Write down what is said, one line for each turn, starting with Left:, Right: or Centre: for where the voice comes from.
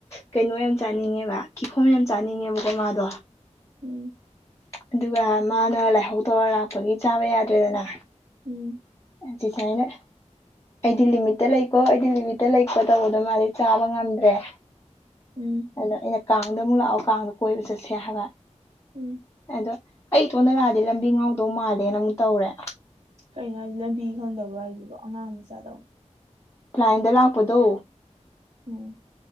Left: ꯀꯩꯅꯣ ꯌꯥꯝ ꯆꯥꯅꯤꯡꯉꯦꯕ ꯀꯤꯈꯣꯝ ꯌꯥꯝ ꯆꯥꯅꯤꯡꯉꯦꯕꯀꯣ ꯉꯥꯗꯣ
Right: ꯎꯝ
Left: ꯑꯗꯨꯒ ꯃꯥꯅ ꯂꯥꯏꯍꯧ ꯇꯧꯔ ꯂꯥꯛꯄꯒꯤ ꯆꯥꯕ ꯌꯥꯗ꯭ꯔꯦꯗꯅ
Right: ꯎꯝ
Left: ꯑꯗꯤ ꯊꯥꯏꯅ ꯑꯩꯗꯤ ꯂꯤꯃꯤꯠꯇ ꯂꯩꯀꯣ ꯑꯩꯗꯤ ꯂꯤꯃꯤꯠꯇ ꯂꯩꯀꯣ ꯇꯧꯕꯗ ꯃꯥꯗꯤ ꯆꯥꯕ ꯉꯝꯗ꯭ꯔꯦ
Right: ꯎꯝ
Left: ꯑꯗꯣ ꯑꯩꯅ ꯀꯥꯡꯗ ꯑꯃꯨꯛ ꯂꯥꯛꯑꯣ ꯀꯥꯡꯗ ꯀꯣꯏꯕ ꯆꯠꯁꯦ ꯍꯥꯏꯕ
Right: ꯎꯝ
Left: ꯑꯗꯣ ꯑꯩ ꯊꯣꯟꯗ ꯂꯥꯛꯑꯗꯤ ꯂꯝꯕꯤ ꯉꯥꯎꯗꯧ ꯃꯥꯜꯂꯦꯅ ꯑꯃꯨꯛ ꯇꯧꯔꯦ
Right: ꯀꯩꯅꯣ ꯍꯥꯏꯁꯦ ꯂꯝꯕꯤ ꯈꯪꯗꯕ꯭ꯔꯥ ꯍꯥꯏꯁꯤꯕꯣ ꯑꯉꯥꯡ ꯃꯆꯥꯥꯗꯕ
Left: ꯄꯥꯏꯟꯗ ꯂꯥꯛꯄꯗꯣ
Right: ꯎꯝ